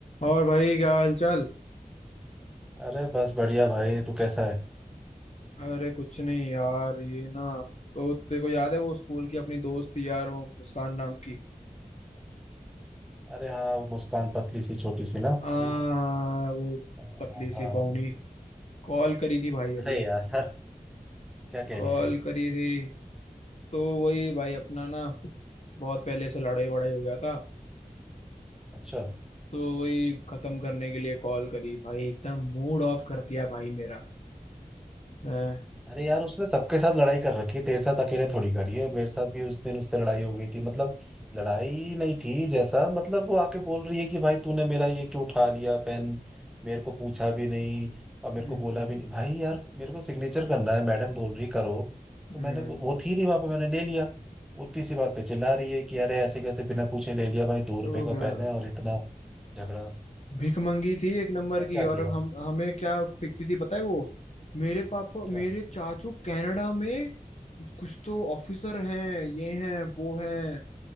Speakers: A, on the left; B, in the centre.
A: और भाई क्या हाल चाल
B: अरे बस बढ़िया भाई तू कैसा है
A: अरे कुछ नहीं यार ये ना तो तेरे को याद है वो स्कूल की अपनी दोस्त थी यार वो मुस्कान नाम की
B: अरे हाँ वो मुस्कान पतली सी छोटी सी ना
A: आ हाँ,
B: वही
A: वो
B: हाँ
A: पतली
B: हाँ,
A: सी
B: हाँ।
A: बाउनी कॉल करी थी भाई अभी
B: अरे यार <laughs> क्या कह
A: कॉल
B: रही थी
A: करी थी तो वही भाई अपना ना बहुत पहले से लड़ाई वड़ाई हो गया था
B: अच्छा
A: तो वही खत्म करने के लिए कॉल करी भाई एकदम मूड ऑफ कर दिया भाई मेरा हैं?
B: अरे यार उसने सबके साथ लड़ाई कर रखी है तेरे साथ अकेले थोड़ी करी है मेरे साथ भी उस दिन उससे लड़ाई हो गई थी मतलब लड़ाई नहीं थी जैसा मतलब वो आके बोल रही है कि भाई तूने मेरा ये क्यों उठा लिया पेन मेरे को पूछा भी नहीं और मेरे
A: हम्म
B: को बोला भी नहीं भाई यार मेरे को सिग्नेचर करना है मैडम बोल रही करो तो
A: हम्म
B: मैंने वो थी नहीं वहां पे मैंने ले लिया उतनी सी बात पे चिल्ला रही है कि अरे ऐसे कैसे बिना पूछे ले लिया भाई दो
A: तो
B: रुपए का
A: क्या
B: पेन है और इतना झगड़ा
A: भीख मंगी थी एक नंबर
B: क्या
A: की
B: क्या किया
A: और हम हमें क्या फेंकती थी पता है वो मेरे पापा
B: क्या
A: मेरे चाचू कनाडा में कुछ तो ऑफिसर हैं ये हैं वो हैं